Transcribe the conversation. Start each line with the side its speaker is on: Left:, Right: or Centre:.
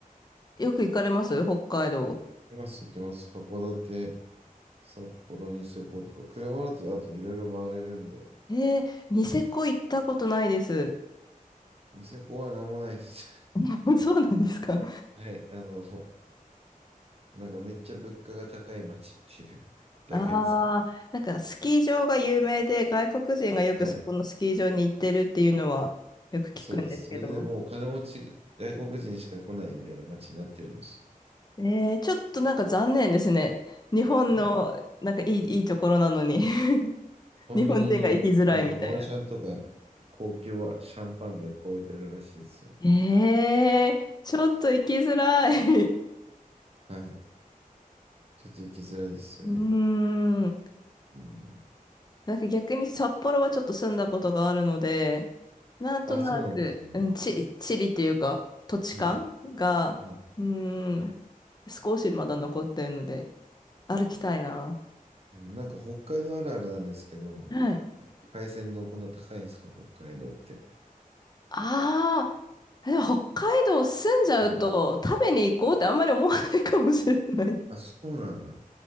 Left: よく行かれます北海道。
Right: 行きます、行きます。函館、札幌、ニセコとか。車だとあといろいろ回れるんで。
Left: えー、ニセコ行ったことないです。
Right: ニセコは何もないっす。
Left: <laughs> そうなんですか。
Right: <laughs> はい。あの、もうなんかめっちゃ物価が高い街っていう <laughs> だけですね。
Left: ああー、なんかスキー場が有名で外国人がよくそこのスキー場に行ってるっていうのはよく聞くんですけど。
Right: はい。そうです。それでもう金持ち、外国人しか来ないみたいな街になってるんです
Left: えー、ちょっとなんか残念ですね。日本のなんかいい、
Right: よ。はい
Left: いいところなのに <laughs>
Right: コンビニに、
Left: 日本人が行きづらいみたいな。
Right: あの、モアシャンとか、高級はシャンパンがいっぱい置いてあるらしいですよ。
Left: えー、ちょっと行きづらい <laughs>
Right: はい。ちょっと行きづらいですよね。
Left: うーん。
Right: うん。
Left: なんか逆に札幌はちょっと住んだことがあるので、なんとなく、
Right: あ、そうなんですね。
Left: うん、地、地理っていうか、土地感が、
Right: はい。はい。
Left: うーん、少しまだ残ってるので、歩きたいな。
Right: うんなんか北海道あるあるなんですけど、
Left: はい。
Right: 海鮮丼こんな高いんですか、北海道って。
Left: ああ、でも北海道住んじゃうと、
Right: はい。
Left: 食べに行こうってあんまり思わないかもしれない。
Right: あ、そうなんだ。